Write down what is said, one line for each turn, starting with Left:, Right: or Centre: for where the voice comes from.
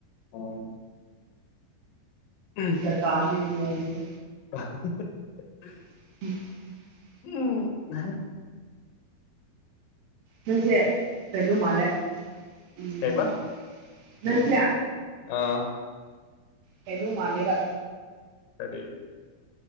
Left: ꯑꯣ ꯎꯝ
Right: ꯖꯇꯥꯅꯦ ꯅꫭꯡꯁꯦ
Left: <unintelligible>
Right: <inaudible>
Left: ꯎꯝ <unintelligible>
Right: ꯅꫭꯏꯁꯦ ꯀꯩꯅꯣ ꯃꯥꯜꯂꯦ ꯎꯝ
Left: ꯀꯩ ꯑꯕ
Right: ꯅꯪꯁꯦ
Left: ꯑꯥ
Right: ꯀꯩꯅꯣ ꯃꯥꯜꯂꯦꯕ
Left: ꯀꯔꯤ